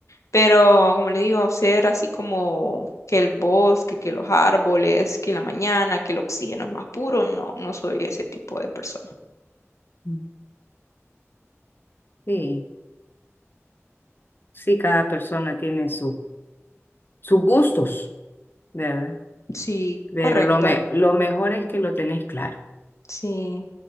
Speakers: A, on the left (about 80°); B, on the left (about 45°).
A: pero como le digo, ser así como que el bosque, que los árboles, que la mañana, que el oxígeno es más puro, no, no soy ese tipo de persona.
B: Mm. Sí, sí, cada persona tiene su, sus gustos, ¿verdad?
A: Sí,
B: Pero
A: correcto,
B: lo, me- lo mejor es que lo tenés claro.
A: sí.